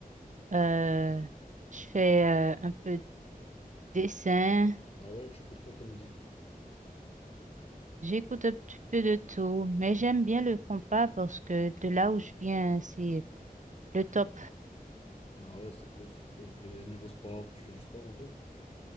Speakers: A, on the right (about 55°); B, on the left (about 40°).
A: euh, je fais euh, un peu de dessin.
B: Ah ouais, tu écoutes quoi comme musique?
A: J'écoute un petit peu de tout, mais j'aime bien le compas parce que de là où je viens, c'est le top.
B: Ah ouais, c'est cool, c'est cool. Et niveau sport, tu fais du sport un peu?